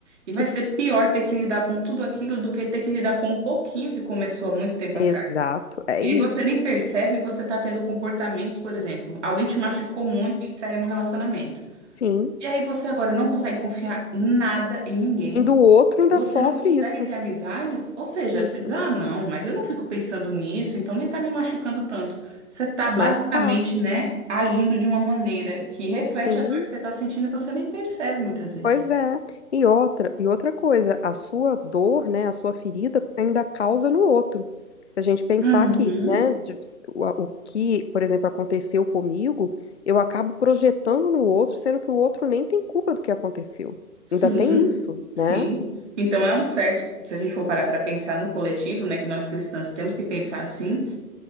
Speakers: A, on the right (about 50°); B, on the left (about 50°).
A: E
B: Que,
A: vai
B: s-
A: ser pior ter que lidar com tudo aquilo do que ter que lidar com um pouquinho que começou há muito tempo
B: exato,
A: atrás.
B: é
A: E
B: isso.
A: aí você nem percebe, você tá tendo comportamentos, por exemplo, alguém te machucou muito, te traiu no relacionamento.
B: Sim.
A: E aí você agora não consegue confiar nada em ninguém.
B: E do outro ainda
A: Você
B: sofre
A: não consegue
B: isso.
A: ter amizades? Ou seja,
B: Isso.
A: você diz, ah, não, mas eu não fico pensando nisso, então nem tá me machucando tanto. Você tá basicamente,
B: Mas tá,
A: né, agindo de uma maneira que reflete
B: sim,
A: a dor que você tá sentindo e você nem percebe muitas vezes.
B: pois é. E outra, e outra coisa, a sua dor, né, a sua ferida ainda causa no outro. Se a gente pensar
A: Uhum,
B: aqui, né, de- o, a- o que, por exemplo, aconteceu comigo, eu acabo projetando no outro, sendo que o outro nem tem culpa do que aconteceu.
A: sim,
B: Ainda tem isso,
A: sim.
B: né?
A: Então é um certo, se a gente for parar para pensar no coletivo, né, que nós cristãs temos que pensar assim,